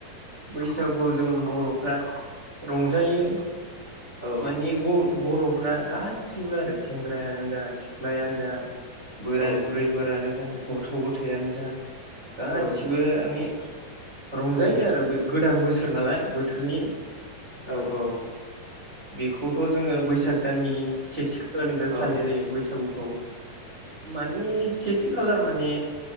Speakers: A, on the right; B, on the left.
A: बैसागुआव जों बर'फ्रा रंजायो
B: औ
A: माने ब-बर'फ्रा गाससिबो आरो सेंग्रायानो जा सिख्लायानो जा बोराय
B: औ
A: बुरैफोरानो जा गथ' गथाययानो जा गासिबोनि
B: औ
A: रंजायो
B: उम
A: आरो बे गोदान बोसोर नालाय बोथोरनि
B: औ औ
A: बेखौथ' जोङो बैसाग दाननि सेथि खालनिफ्राय
B: औ
A: फालिनाय जायो बैसागुखौ। मानि सेथि खालार माने